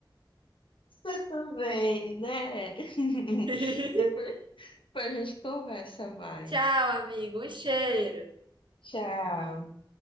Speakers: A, on the left; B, on the right.
A: Você também, né? <laughs>
B: <laughs>
A: Depois a gente conversa mais.
B: Tchau, amigo. Um cheiro.
A: Tchau.